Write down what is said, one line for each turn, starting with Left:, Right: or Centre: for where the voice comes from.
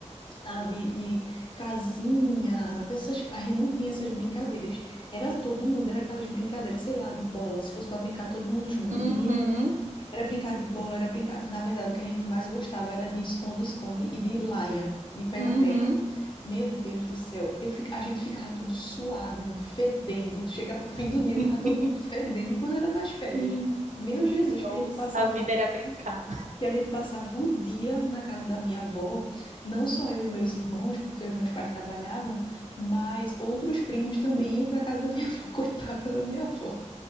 Left: tá, de, de casinha, dessas, a gente não tinha essas brincadeiras. Era todo mundo, era aquelas brincadeiras, sei lá, de bola, se fosse para brincar todo mundo junto,
Right: uhum,
Left: menino e menina. Era brincar de bola, era brincar, na verdade, o que a gente mais gostava era de esconde-esconde e de laia, de pega-pega.
Right: uhum.
Left: Meu Deus do céu, eu fica... a gente ficava tudo suado, fedendo, chegava o fim do
Right: <laughs>
Left: dia, tava todo mundo fedendo, e quando era nas férias,
Right: Sim.
Left: meu Jesus,
Right: Nossa,
Left: que a gente passava
Right: a vida era brincar.
Left: que a gente passava o dia na casa da minha avó, não só eu e meus irmãos, porque os meus pais trabalhavam, mas outros primos também iam para casa da minha avó, <laughs> coitada
Right: Uhum,
Left: da minha avó.